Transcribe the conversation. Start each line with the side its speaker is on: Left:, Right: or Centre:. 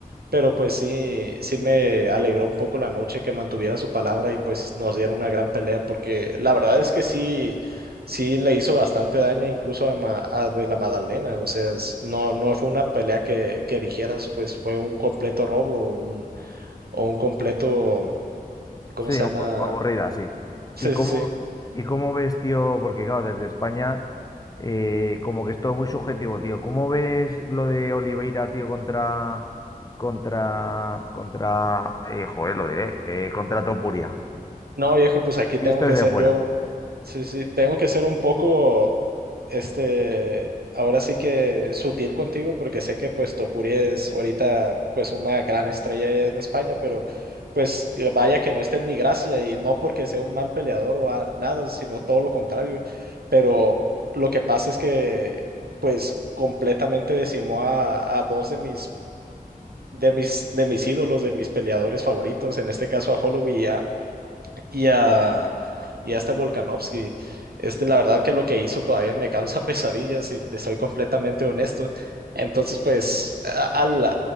Right: pero pues sí, sí me alegró un poco la noche que mantuviera su palabra y pues nos dieron una gran pelea porque la verdad es que sí, sí le hizo bastante daño incluso a, Ma- a de la Madalena. O sea, es- no, no fue una pelea que, que dijeras, pues fue un completo robo un, o un completo, ¿cómo
Left: Sí,
Right: se
Left: un
Right: llama?
Left: po- aburrida, sí.
Right: Sí,
Left: ¿Y cómo,
Right: sí, sí.
Left: y cómo ves, tío? Porque claro, desde España, eh, como que es todo muy subjetivo, tío. ¿Cómo ves lo de Oliveira, tío, contra, contra, contra, eh, joder, lo diré, eh, contra Topuria?
Right: No, viejo, pues aquí
Left: Visto
Right: tengo que
Left: desde
Right: ser
Left: fuera.
Right: yo Sí, sí, tengo que ser un poco, este, ahora sí que sutil contigo porque sé que pues Topuri es ahorita pues una gran estrella en España, pero pues vaya que no está en mi gracia y no porque sea un mal peleador o a- nada, sino todo lo contrario, pero lo que pasa es que pues completamente decimó a, a dos de mis, de mis, de mis ídolos, de mis peleadores favoritos, en este caso a Holloway y a, y a este Volkanovski. Este, la verdad que lo que hizo todavía me causa pesadillas, y te soy completamente honesto. Entonces, pues, a- al,